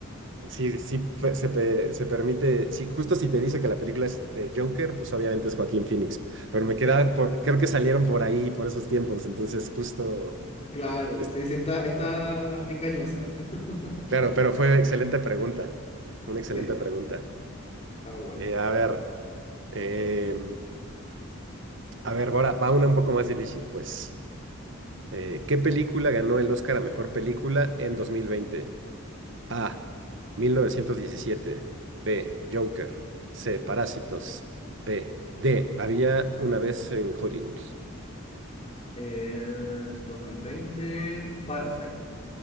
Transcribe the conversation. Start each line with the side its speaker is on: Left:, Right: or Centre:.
Right: sí, sí fe- se, pe- se permite, sí, justo si te dice que la película es de Joker, pues obviamente es Joaquín Phoenix, pero me quedaba
Left: claro,
Right: por, creo que salieron por ahí, por esos tiempos, entonces justo,
Left: claro.
Right: es-
Left: Sí, sí, está, está engañosa. <laughs>
Right: claro, pero fue excelente pregunta, una excelente
Left: Sí,
Right: pregunta.
Left: está muy buena.
Right: Eh, a ver. Eh, A ver, ahora va una un poco más difícil, pues. Eh, ¿qué película ganó el Oscar a mejor película en 2020? A. mil novecientos diecisiete, B. Joker. C. Parásitos. B. D. Había una vez en Hollywood.
Left: En 2020, Parasite,